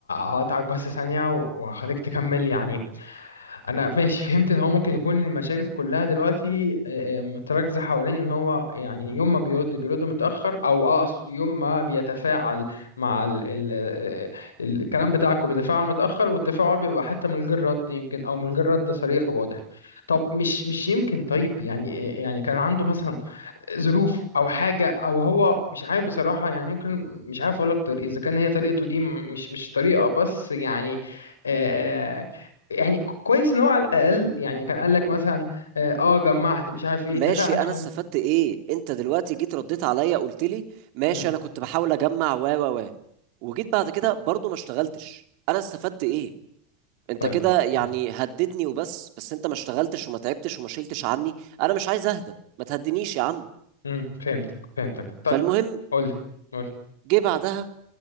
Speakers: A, on the left (about 85°); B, on the right (about 55°).
A: هقطعك بس ثانية وهخليك تكمل يعني انا ماشي فهمت ان هو ممكن يكون المشاكل كلها دلوقتي آه، آه، متركزه حوالين ان هو يعني يوم ما بيرد بيرد متاخر او آه، اقصد يوم ما بيتفاعل مع ال ال ال الكلام بتاعكم بيتفاعل متاخر والتفاعل بيبقى حتى من غير رد يمكن او من غير رد صريح وواضح طب مش مش يمكن طيب يعني يعني كان عنده مثلا ظروف او حاجه او هو مش عارف بصراحه يعني ممكن مش عارف اقول لك طريق اذا كان هي طريقته دي م- مش مش طريقه بس يعني آه يعني كويس ان هو على الاقل يعني كان قال لك مثلا اه آه، جمعت مش عارف ايه
B: ماشي
A: تفاعل
B: انا
A: شويه
B: استفدت ايه انت دلوقتي جيت رديت عليا قلت لي ماشي
A: مم.
B: انا كنت بحاول اجمع و و و وجيت بعد كده برضو ما اشتغلتش انا استفدت ايه انت
A: طيب
B: كده يعني
A: مم.
B: هدتني وبس بس انت ما اشتغلتش وما تعبتش وما شلتش عني انا مش عايز اهدى ما تهدنيش يا عم
A: مم. فهمتك فهمتك طب
B: فالمهم
A: قول لي قول لي
B: جه بعدها